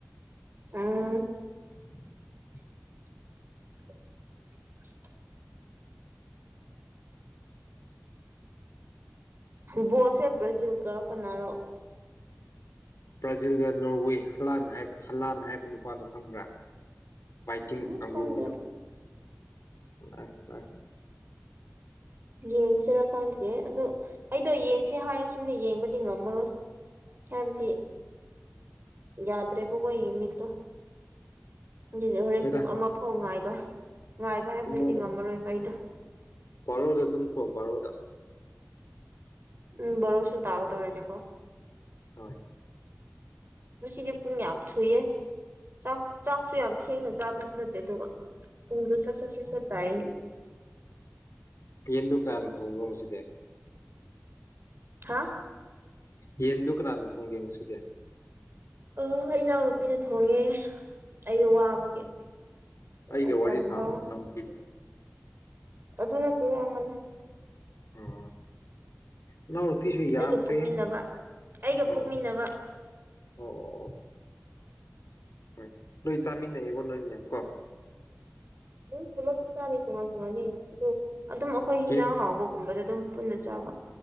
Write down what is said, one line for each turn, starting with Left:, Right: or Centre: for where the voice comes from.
Right: ꯑꯪꯪ
Left: <inaudible>
Right: <inaudible> ꯕꯣꯜꯁꯦ ꯕ꯭ꯔꯥꯖꯤꯜꯒ ꯀꯅꯥꯔꯣ
Left: ꯕ꯭ꯔꯥꯖꯤꯜꯒ ꯅꯣꯔꯋꯦ ꯍꯂꯥꯟ ꯍꯂꯥꯟ ꯍꯥꯏꯕ ꯅꯨꯄꯥꯗ‌ꯣ ꯈꯪꯕ꯭ꯔꯥ ꯕꯥꯏꯀꯤꯡꯁ
Right: ꯎꯝ
Left: ꯀꯥꯡꯕꯨ
Right: ꯈꯪꯗꯦ
Left: ꯍ‌ꯣꯏꯗꯣ ꯂꯁꯤ
Right: ꯌꯦꯟꯁꯤꯔ ꯈꯪꯗ‌ꯦ ꯑꯗꯨ ꯑꯩꯗ‌ꯣ ꯌ‌ꯦꯡ ꯁꯤ ꯍꯥꯏꯔꯁꯨ ꯌꯦꯡꯕꯗꯤ ꯉꯝꯃꯔꯣꯏ ꯍꯥꯏꯕꯗꯤ ꯌꯥꯗ꯭ꯔꯦꯕ ꯈ‌ꯣꯏ ꯃꯤꯠꯇꯨ ꯖꯤꯗꯤ ꯍꯣꯔꯦꯟ
Left: ꯍꯣꯏꯗ
Right: ꯄꯨꯡ ꯑꯃ ꯐꯥꯎ ꯉꯥꯏꯕ ꯉꯥꯏꯕ ꯍꯥꯏꯕꯗꯨꯗꯤ
Left: ꯇꯨꯝꯃꯣꯗ
Right: ꯉꯝꯃꯔꯣꯏꯕ ꯑꯩꯗꯣ
Left: ꯕꯥꯔꯣꯗ ꯇꯨꯝꯈ꯭ꯔꯣ ꯕꯥꯔꯣꯗ
Right: ꯎꯝ ꯕꯔꯣꯁꯨ ꯇꯥꯒꯗꯧꯔ‌ꯦꯗꯀꯣ
Left: ꯍꯣꯏ
Right: ꯉꯁꯤꯗꯤ ꯄꯨꯡ ꯌꯥꯝ ꯊꯨꯏꯌꯦ ꯆꯥꯛ ꯆꯥꯛꯁꯨ ꯌꯥꯝ ꯊꯦꯡꯅ ꯆꯥꯕꯁꯨ ꯅꯠꯇꯦ ꯑꯗꯨꯒ ꯎꯗꯨꯁ ꯁꯠ ꯁꯠ ꯁꯠ ꯁꯠ ꯇꯥꯏꯌ‌ꯦ
Left: ꯄꯦꯟ ꯗꯨꯀꯥꯟ ꯊꯣꯡꯕꯣ ꯉꯁꯤꯗꯤ
Right: ꯍꯥ
Left: ꯌꯦꯟꯗꯨ ꯀꯅꯥꯅ ꯊꯣꯡ ꯌꯦꯡꯨꯁꯤꯗꯦ
Right: ꯑ ꯏ ꯏꯅꯥꯎꯅꯨꯄꯤꯗ ꯊꯣꯡꯉꯦ ꯑꯩꯗꯣ ꯋꯥꯕꯒꯤ
Left: ꯑꯩꯒ
Right: ꯑꯩꯁꯨ
Left: ꯋꯥꯔꯤ
Right: ꯑꯅꯚꯕ
Left: ꯁꯥꯕ ꯏꯅꯥꯎꯅꯨꯄꯤꯔꯣ
Right: ꯑꯗꯨ ꯅꯠꯇꯦ ꯌꯥꯝꯃꯅꯤ
Left: ꯑꯣ ꯏꯅꯥꯎꯅ ꯅꯨꯄꯤꯁꯨ ꯌꯥꯝꯈ꯭ꯔꯦ
Right: ꯑꯩꯒ ꯄꯣꯛꯃꯤꯟꯅꯕ ꯑꯩꯒ
Left: ꯑꯣ
Right: ꯄꯣꯛꯃꯤꯟꯅꯕ
Left: ꯑꯣ ꯑꯣ ꯍꯣꯏ ꯅꯣꯏ ꯆꯥꯃꯤꯟꯅꯩꯌꯦꯕꯣ ꯅꯣꯏ ꯃꯌꯥꯝ ꯀꯣ
Right: ꯎꯝ ꯄꯨꯂꯞ ꯆꯥꯗꯦ ꯇꯣꯉꯥꯟ ꯇꯣꯉꯥꯟꯅꯤ ꯑꯗꯨꯗ ꯑꯗꯨꯝ ꯑꯩꯈꯣꯏ ꯍꯤꯟꯖꯥꯡ
Left: ꯌꯦꯟ
Right: ꯍꯥꯎꯕꯒꯨꯝꯕꯗ ꯑꯗꯨꯝ ꯄꯨꯟꯅ ꯆꯥꯕꯦ